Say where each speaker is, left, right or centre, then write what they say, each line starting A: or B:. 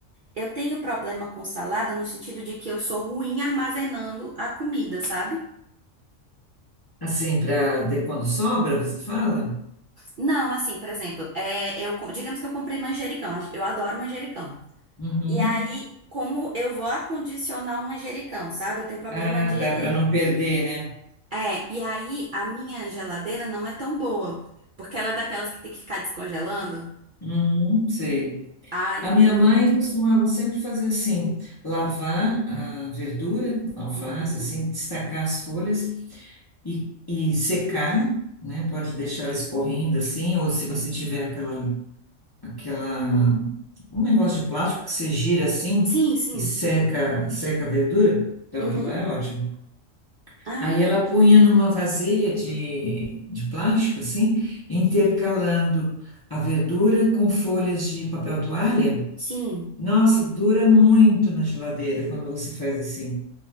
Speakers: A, on the right; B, on the left.
A: Eu tenho problema com salada no sentido de que eu sou ruim armazenando a comida, sabe?
B: Assim, para quando sobra, você fala?
A: Não, assim, por exemplo, é, eu, com- digamos que eu comprei manjericão, eu adoro manjericão.
B: Uhum.
A: E aí, como eu vou acondicionar o manjericão, sabe? Eu tenho problema
B: Ah,
A: de.
B: tá, para não perder, né?
A: É, e aí a minha geladeira não é tão boa, porque ela é daquelas que tem que ficar descongelando.
B: Uhum, sei.
A: Aí.
B: A minha mãe costumava sempre fazer assim, lavar a verdura, alface,
A: Uhum.
B: assim, destacar as folhas e, e secar, né? Pode deixar ela escorrendo assim, ou se você tiver aquela, aquela, um negócio de plástico que você gira assim
A: Sim, sim.
B: e seca, seca a verdura, então
A: Uhum.
B: aquilo lá é ótimo.
A: Ah,
B: Aí ela punha numa vasilha de, de plástico assim, intercalando a verdura com folhas de papel toalha
A: sim.
B: nossa, dura muito na geladeira quando você faz assim.